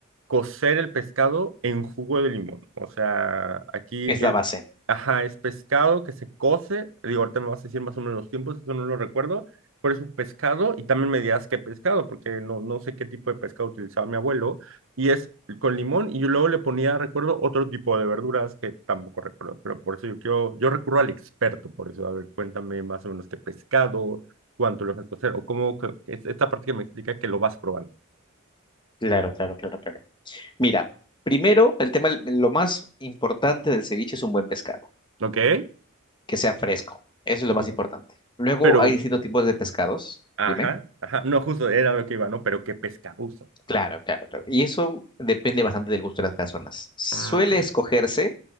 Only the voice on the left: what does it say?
Es
la base.
Claro, claro, claro, claro. Mira, primero, el tema, lo más importante del ceviche es un buen pescado,
que sea fresco. Eso es lo
más importante. Luego
hay distintos tipos de pescados,
dime.
Claro, claro, claro. Y eso depende bastante del gusto de las personas. Suele
escogerse